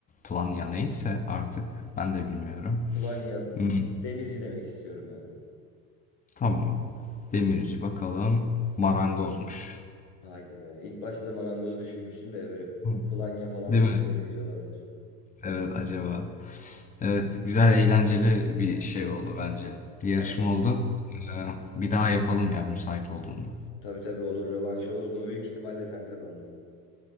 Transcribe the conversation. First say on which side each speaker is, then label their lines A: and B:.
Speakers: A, on the left (about 15°); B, on the left (about 60°).
A: Planya neyse artık ben de bilmiyorum.
B: Planya
A: Hmm,
B: demirci demek istiyorum ya.
A: Tamam. Demirci bakalım. Marangozmuş.
B: Haydi be. İlk başta da marangozu düşünmüştüm de böyle
A: Hı.
B: Planya falan
A: Değil
B: dedim
A: mi?
B: demirci olabilir.
A: Evet acaba. Evet güzel eğlenceli bir şey oldu bence. Yarışma
B: Aynen.
A: oldu. Ee, bir daha yapalım ya müsait olduğunda.
B: Tabii tabii olur. Rövanşı olur. Bunu büyük ihtimalle sen kazandın.